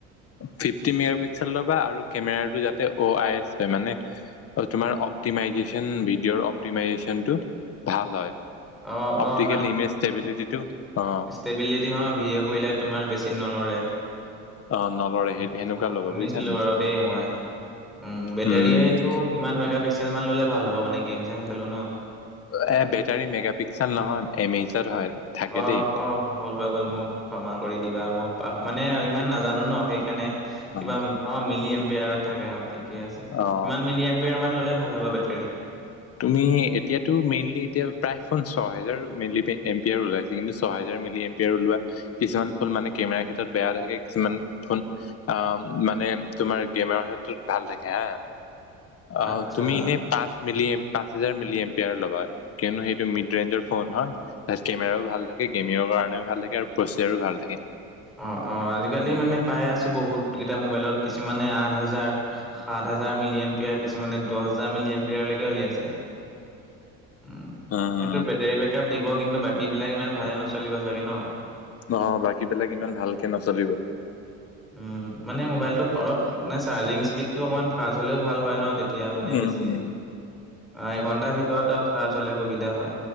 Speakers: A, on the left; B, in the centre.
A: ফিফটি মেগ পিক্সেল ল'বা আৰু কেমেৰাটো যাতে অ আই এছ হয় মানে তোমাৰ অপটিমাইজেশচন, ভিডিঅ'ৰ অপ্টিমাইজেশচনটো ভাল হয়।
B: অ',
A: অপটিকেল
B: অ',
A: ইমেজ ষ্টেবিলিটিটো, অ'
B: <unintelligible> ভিডঅ' কৰিলে তোমাৰ বেছি নলৰে
A: অ নলৰে সেই
B: আচ্ছা,
A: সেনেকুৱা ল'বা
B: শুনিছিলো
A: বুজিছা নে
B: বাৰু দেই মই। উম', বেটাৰি
A: উম
B: সেইটো কিমান মেগা পিক্সেল মান ল'লে ভাল হ'ব? মানে গেম-চেম খেলো ন
A: এ, বেটাৰী মেগা পিক্সেল নহয়, এম এইচ হয়। থাকে
B: অ',
A: দেই
B: অ' ভুল হৈ গ'ল মোৰ ক্ষমা কৰি দিবা, মই পাহ, মানে ইমান নাজানো ন সেই কেনে, কিবা
A: অ
B: অ', মিলি এম্পেয়াৰত থাকে অ', ঠি ঠিকে আছে,
A: অ
B: কিমান মিলি এম পিয়াৰ মান ল'লে ভাল হ'ব বেটোৰী?
A: তুমি এতিয়াতো মেইনলি এতিয়া প্ৰায় ফ- ছহেজাৰ মেইনল এম্পিয়াৰ ওলাইছে, কিন্তু ছহেজাৰ মে ওলোৱা, কিছুমান ফুল মানে কেমেৰাৰ ক্ষেত্ৰত বেয়া থাকে, কিছুমান ফোন অ' মানে তোমাৰ <unintelligible> ক্ষেত্ৰত ভাল থাকে হা। অ',
B: আচ্ছা
A: হ, তুমি এনে পাঁচ মিলি এম পাঁচ হাজাৰ মিলি এমপাৰ ল'বা, কিয়নো সেইটো মিড ৰেঞ্জৰ ফোন হয় তাত কেমেৰাও ভাল থাকে, গেমিঙৰ কাৰণেও ভাল থাকে আৰু প্ৰচিজাৰো ভাল থাকে।
B: অ', অ', আজিকালি মানে পাই আছোঁ বহুত কেইটা মোবাইলত। কিছুমানে আঠ হাজাৰ সাত হাজাৰ মিলি এম পিয়াৰ, কিছুমানে দহ হাজাৰ মিলি এম পিয়াৰলৈকে উলিয়াইছে, উম',
A: উম
B: সেইটো বে বেক আপ দিব, কিন্তু বাকীবিলাক ইমান ভালে নচলিব চাগে ন?
A: অ', বাকীবিলাক ইমান ভালকে নচলিব।
B: উম', মানে মোবাইলটো অলপ মানে চাৰ্জিং স্পীডটো অকণমান ফাৰ্ষ্ট হ'লেও ভাল হয় ন, তে এতিয়া মানে
A: উম
B: বেছি,
A: উম
B: অ', এঘন্টাৰ ভিতৰত আৰু চাৰ্জ হ'লে সুবিধা হয়,